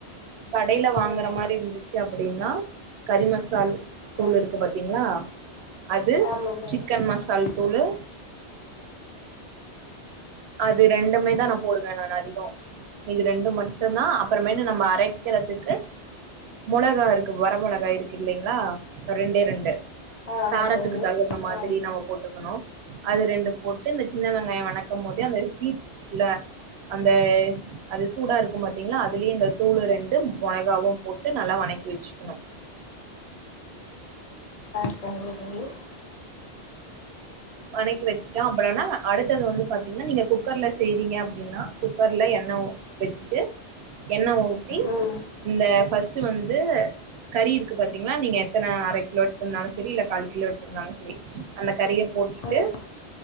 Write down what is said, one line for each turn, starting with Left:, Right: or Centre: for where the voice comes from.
Right: கடைல வாங்கற
Left: ம்
Right: மாரி இருந்துச்சு அப்பிடினா கறிமசால் தூள்
Left: ம்
Right: இருக்கு பாத் தீங்ளா அது
Left: ஆமா தோழி
Right: சிக்கன் மசால் தூளு
Left: ம்
Right: அது ரெண்டுமே தா நா போடுவே நான் அதிகோ இது ரெண்டு மட்டுந்தா அப்பறமான்டு நம்ம அரைக்கிறதுக்கு மொளகா இருக்கு வர மொளகா இருக்கில்லீங்ளா ரெண்டே ரெண்டு
Left: ஆ ஆமாம்
Right: காரத்துக்கு
Left: தோழி
Right: தகுந்த மாதிரி
Left: ஆ
Right: நம்ம போட்டுக்கணு அது ரெண்டு போட்டு இந்த சின்ன வெங்காயோ வணக் க்கம்மோதே அந்த ஹீட்ல அந்த அது சூடா இருக்கு பாத்தீங்ளா அதுலே இந்த தூளு ரெண்டு மொளகாவு போட்டு நல்லா வணக்கி வெச்சுக்கணு
Left: அப்றோ உங்ளுக் <unintelligible>
Right: வணக்கி வெச்சுட்டு அப்பறோனா அடுத்தது வந்து பாத்தீங்னா நீங்க குக்கர்ல செய்றீங்க அப்டின்னா குக்கர்ல எண்ண உ வெச்சிட்டு எண்ண ஊத்தி
Left: ம்
Right: இந்த ஃபஸ்ட்டு வந்து கறி இருக்கு பாத்தீங்ளா நீங்க எத்தன அர கிலோ எட்த்திர்ந்தாலு செரி இல்ல கால் கிலோ எட்த்திர்ந்தாலு செரி அந்த கறிய போட்டுட்
Left: ம்
Right: டு